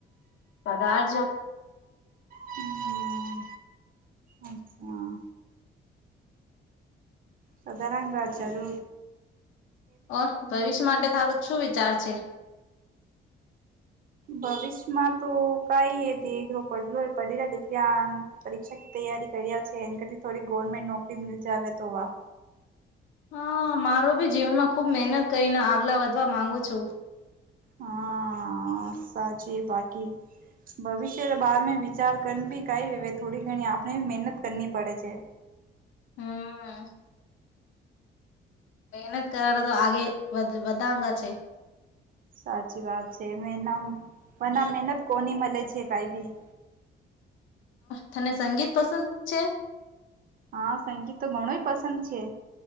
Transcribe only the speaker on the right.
હમ અચ્છા સાધારણ વાજાર
ભવિષ્યમાં તો કઈ એ દેખ પડલ પડેલા દીકન પરીક્ષા કી તૈ યારી કર્યા છે એ કર થોડી ગવર્મેન્ટ નોકરી મી જાવ તો વા
હા સાચી બાકી ભવિષ્ય બાર વિચાર કર બી કઈ હ થોડી ઘણી આપણે મહેનત કર પડે છે. <unintelligible>
સાચી વાત છે મે મ મહેનત કોની મળે છે કઈ ભી
હા સંગીત તો ઘણુંય પસંદ છે